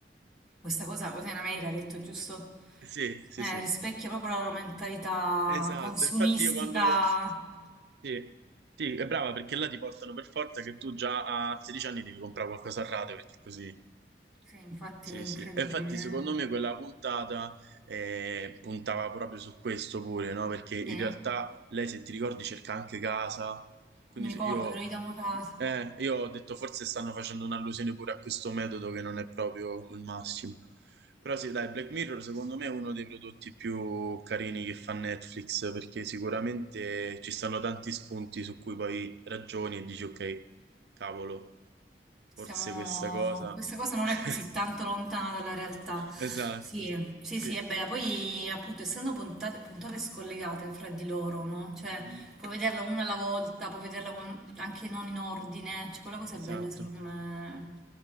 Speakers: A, in the centre; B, on the right.
A: Questa cosa, cosa in America ha detto, giusto?
B: Sì, sì,
A: Eh,
B: sì.
A: rispecchia proprio la loro mentalità
B: Esatto,
A: consumistica.
B: infatti io quando... Sì, sì, è brava perché là ti portano per forza che tu già a 16 anni devi comprare qualcosa a rate perché così...
A: Sì, infatti
B: Sì,
A: è incredibile.
B: sì, e infatti secondo me quella puntata eh, puntava proprio su questo pure, no? Perché in
A: eh.
B: realtà
A: Sì,
B: lei, se ti ricordi, cerca anche casa, quindi
A: mi ricordo
B: se- io,
A: che noi davamo casa.
B: eh, io ho detto forse stanno facendo un'allusione pure a questo metodo che non è proprio il massimo. Però sì, dai, Black Mirror secondo me è uno dei prodotti più carini che fa Netflix, perché sicuramente ci stanno tanti spunti su cui poi ragioni e dici ok, cavolo.
A: Siamo-
B: Forse questa cosa.
A: Questa cosa non
B: <laughs>
A: è così tanto lontana dalla realtà.
B: Esatto,
A: Sì, sì,
B: sì,
A: sì, è bella. Poi, appunto, essendo puntate, puntate scollegate fra di loro, no? Cioè,
B: Mhm,
A: puoi vederla una alla volta, puoi vederla con- anche non in ordine. Cioè, quella cosa
B: esatto.
A: è bella, secondo me.